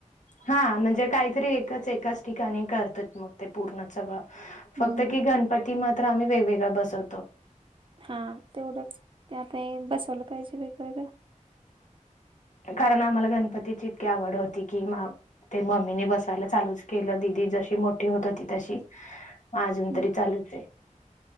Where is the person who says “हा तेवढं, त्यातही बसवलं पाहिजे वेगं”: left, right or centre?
Right